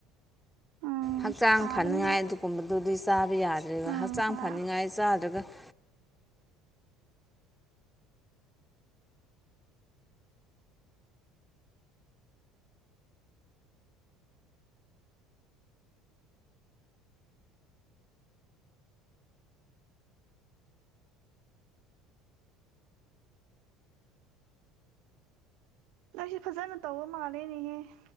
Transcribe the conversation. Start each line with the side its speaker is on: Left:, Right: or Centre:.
Right: ꯎꯝ
Centre: ꯍꯛꯆꯥꯡ
Right: ꯁꯥꯕꯅꯤ
Centre: ꯐꯅꯤꯡꯉꯥꯏ
Right: ꯍꯣꯏ
Centre: ꯑꯗꯨꯒꯨꯝꯕꯗꯨꯗꯤ ꯆꯥꯕ ꯌꯥꯗ꯭ꯔꯦꯕ
Right: ꯎꯝ
Centre: ꯍꯛꯆꯥꯡ
Right: ꯍꯣꯏ
Centre: ꯐꯅꯤꯡꯉꯥꯏ ꯆꯥꯗ꯭ꯔꯒ ꯫
Right: ꯂꯩꯁꯦ ꯐꯖꯅ ꯇꯧꯕ ꯃꯥꯜꯂꯦꯅꯦꯍꯦ ꯫